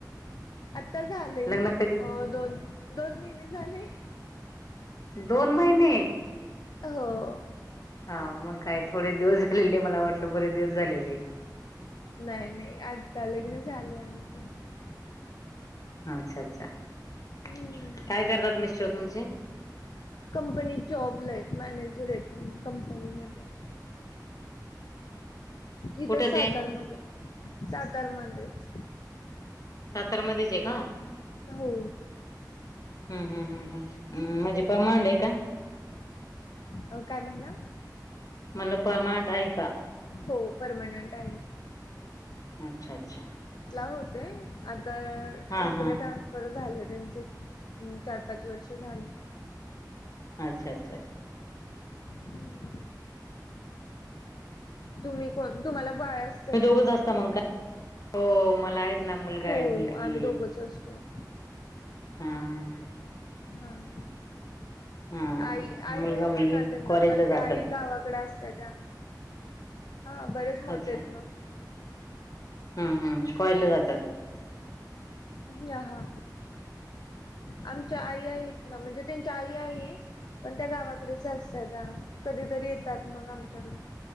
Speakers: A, on the left; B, on the left.
A: आता झाले
B: लग्न कधी
A: अ दोन, दोन महिने झाले.
B: दोन महिने?
A: हो.
B: हां मंग काय.. थोडेच दिवस झालेले, मला वाटल बरे दिवस झालेले.
A: नाही, नाही आत्ता लग्न झाले आमच.
B: अच्छा, अच्छा
A: हम्म.
B: काय करतात मिस्टर तुमचे?
A: कंपनीत जॉबला आहेत मॅनेजर आहेत मं कंपनीमध्ये. इथ
B: कुठं
A: सातार
B: ते
A: मध्ये, सातार मध्येच.
B: साताऱ्यामध्येच आहे का?
A: हो.
B: हं, हं, हं, हं म्हणजे पर्मनंट आहे का?
A: अं काय म्हणला?
B: म्हणलं परमानंट आहे का <unintelligible>
A: हो परमनंट आहे.
B: अच्छा, अच्छा.
A: होते आता
B: हा
A: इकडं
B: हा
A: ट्रान्सफर झालेत. त्यांचे चार-पाच वर्ष झाले.
B: अच्छा, अच्छा, अच्छा.
A: हम्म. तुम्ही पण, तुम्हाला बाळ असेल
B: तुम्ही दोघंच
A: ना?
B: असता मग काय हो मला.. ना मुलगा
A: हो
B: आहे मुलगी
A: आम्ही दोघंच असतो.
B: हं
A: हां ना.
B: हा
A: आई-आई
B: मुलगा
A: आहे
B: मुलगी
A: ना त्यांना,
B: कॉलेजला
A: पण त्या
B: जातात
A: आई गावाकडे अस.. त्या हा, बरेच मोठे
B: अच्छा
A: आहेत मग.
B: हम्म हम्म कॉलेज ला जातात. <unintelligible>
A: अं आहा.. आमच्या आई आहेत ना? म्हणजे त्यांच्या आई आहे. पण त्या गावाकडेच असतात कधीतरी येतात मग आमच्याकड.